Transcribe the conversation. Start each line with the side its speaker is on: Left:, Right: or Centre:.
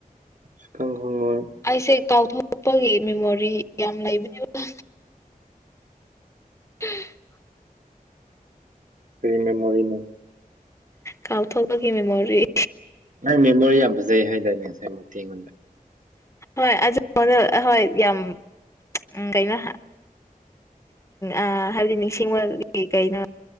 Right: ꯁꯨꯈꯪ ꯈꯪꯉꯣꯢ꯫
Left: ꯑꯩꯁꯦ ꯀꯥꯎꯊꯣꯛꯄꯒꯤ ꯃꯦꯃꯣꯔꯤ ꯌꯥꯝ ꯂꯩꯕꯅꯦꯕ꯫ <inaudible>
Right: ꯀꯩ ꯃꯦꯃꯣꯔꯤꯅꯣ
Left: ꯀꯥꯎꯊꯣꯛꯄꯒꯤ ꯃꯦꯃꯣꯔꯤ꯫
Right: ꯅꯪ ꯃꯦꯃꯣꯔꯤ ꯌꯥꯝ ꯐꯖꯩ ꯍꯥꯏꯗꯥꯏꯅꯦ ꯉꯁꯥꯏꯃꯨꯛꯇꯤ ꯑꯩꯉꯣꯡꯗ
Left: ꯍꯣꯏ ꯑꯗꯨ <unintelligible> ꯍꯣꯏ ꯌꯥꯝ ꯎꯝ ꯀꯩꯅꯣ ꯍꯥ ꯑ ꯍꯥꯏꯕꯗꯤ ꯅꯤꯡꯁꯤꯡꯕꯒꯤ ꯀꯩꯅꯣ